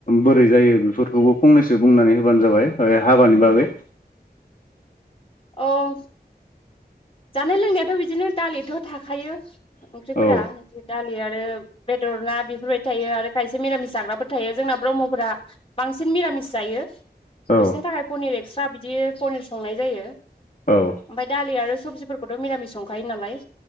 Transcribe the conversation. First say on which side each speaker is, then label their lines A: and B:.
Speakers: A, on the left; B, on the left.
A: बोरै जायो बेफोरखौबो फंनैसो बुंनानै होबानो जाबाय हाबानि बागै
B: औ जानाय लोंनायाथ' बिदिनो दालिथ' थाखायो ओंख्रिफोरा
A: औ
B: जे दालि आरो बेदर ना बेफोरबायदि थायो आरो खायसे मिरामिस जाग्राफोर थायो जोंना ब्रह्मफोरा बांसिन मिरामिस जायो।
A: औ
B: बिसोरनि थाखाय पनिर स्रा बिदि पनिर संनाय जायो
A: औ
B: ओमफाय दालि आरो सबजिफोरखौथ' निरामिस संखायो नालाय